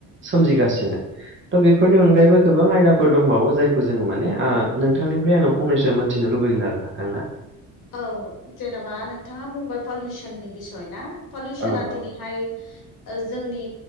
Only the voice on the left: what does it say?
औ जेनेबा
नोंथाङा बुंबाय पलिउसननि बिसय ना? पलिउसना
दिनैहाय ओ जोंनि